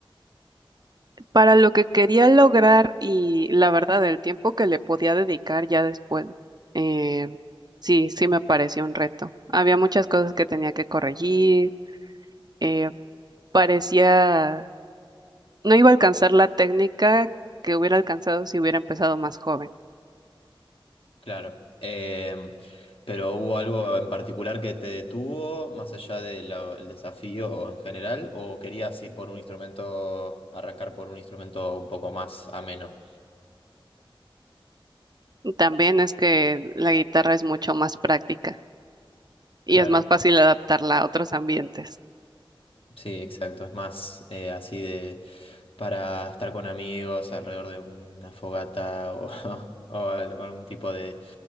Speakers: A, on the right; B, on the left.
A: para lo que quería lograr y la verdad, el tiempo que le podía dedicar ya después, eh, sí, sí me parecía un reto. Había muchas cosas que tenía que corregir, eh, parecía, no iba a alcanzar la técnica que hubiera alcanzado si hubiera empezado más joven.
B: Claro. Em, pero ¿hubo algo en particular que te detuvo, más allá del desafío en general, o querías ir por un instrumento, arrancar por un instrumento un poco más ameno?
A: También es que la guitarra es mucho más práctica y
B: Claro.
A: es más fácil adaptarla a otros ambientes.
B: Sí, exacto. Es más eh, así de para estar con amigos alrededor de una fogata o, <laughs> o al- o algún tipo de,